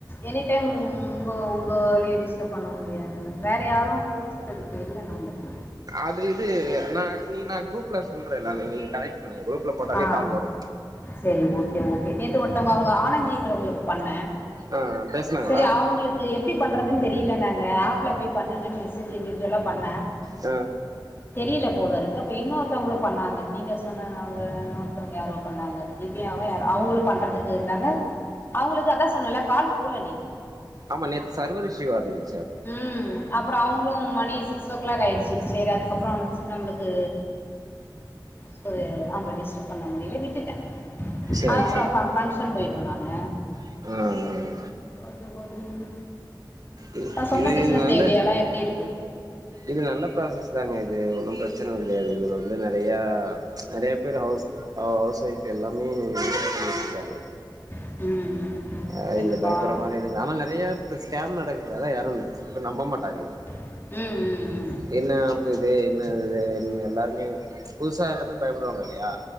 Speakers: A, on the left (about 30°); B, on the right (about 50°).
A: எனி டைம் உங்க உங்க லேடிஸ்ட பண்ண முடியாதுல்ல வேற யாரும் ப்ளீஸ் இருக்கு இல்ல நம்மளுக்கு
B: அது இது நா நீ நா குரூப்ல சொல்ற நானு நீங்க கனெக்ட் பண்ணுங்க குரூப்ல போட்டாலே
A: ஆ
B: கால் வரு
A: சரி ஓகே ஓகே நேத்து ஒருத்தவங்க அவங்க ஆனந்தின்றவங்களுக்கு பண்ண
B: ஆ பேசுனாங்களா
A: சரி அவங்களுக்கு இது எப்டி பண்ணுறதுன்னு தெரியல நாங்க ஆப்ல போய் பண்ணுக்கன்னு மெசேஜ் இண்டிஜிவுலா பண்ண
B: அ
A: தெரியல போலருக்கு அப்ப இன்னொருத்தவங்களும் பண்ணாங்க நீங்க சொன்ன அவங்க இன்னொருதவங்க யாரோ பண்ணாங்க திவ்யாவ யாரோ அவங்களு பண்றதுக்கு இருந்தாங்க அவங்களுக்கு அதா சொன்னல கால் போல நேத்து
B: ஆமா நேத்து சர்வர் இசுவா இருந்து
A: ம் அப்பற அவங்களு மணி சிஸ் சிக்ஸ் ஓ கிளாக் ஆகிடுச்சு சேரி அதுக்கப்பற நம்மளுக்கு செரி அவுங்கள டிஸ்டர்ப் பண்ண முடியில விட்டுட்ட
B: சரி
A: அது அப்றோ ஃப் ஃபங்க்ஷன் போய்ட்டோ நாங்க
B: அ அ அ
A: அது <unintelligible>
B: இது
A: நா சொன்ன பிஸ்னஸ்
B: இது நல்ல
A: ஐடியாலா எப்டி இருக்கு
B: இது நல்ல ப்ராசஸ் தாங்க இது ஒன்னு ப்ரச்சன கிடையாது இது வந்து நெறைய நெறைய பேர் ஹவுஸ் ஆ ஹவுஸ் வைஃப் எல்லாமே பண்ணிக்கிட்டு இருக்காங்க
A: ம் ம்
B: அ
A: இப்ப
B: இதுல
A: இந்த
B: பயப்புற
A: கால் ம்
B: மாரி எதுல ஆனா நறையா இப்ப ஸ்கேம் நடக்குது அதா யாரு நம்ப மாட்டாங்க இது
A: ம் ம் ம்
B: என்ன ஆப்பு இது என்னது இது என் எல்லாருமே புதுசா எல்லாமே பயப்படுவாங்க இல்லையா